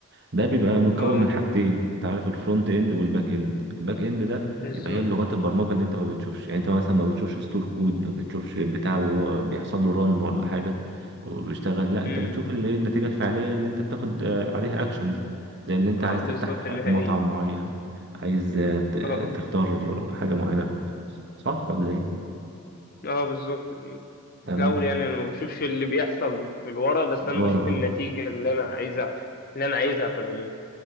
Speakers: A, on the right; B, on the left.
A: ده بيبقى متكون
B: اه
A: من حاجتين انت عارف الفرونت اند والباك اند الباك اند ده
B: بالظبط
A: يبقى هي لغات البرمجه اللي انت ما بتشوفش يعني انت مثلا ما بتشوفش ستور كود ما بتشوفش بتاع وهو بيحصل له رن ولا حاجه وبيشتغل لا
B: مم،
A: انت بتشوف اللي هي النتيجه الفعليه اللي انت بتاخد آه، عليها اكشنز زي اللي انت
B: اه
A: عايز
B: بالظبط
A: تفتح
B: النهائيه
A: مطعم معين عايز آه، ت-
B: اه آه.
A: تختار حاجه معينه صح ولا ايه
B: اه بالظبط
A: تمام
B: في الاول يعني انا ما بشوفش اللي بيحصل في الورا بس انا
A: ورا
B: بشوف النتيجة
A: اه
B: اللي انا عايزها اللي انا عايزها في العموم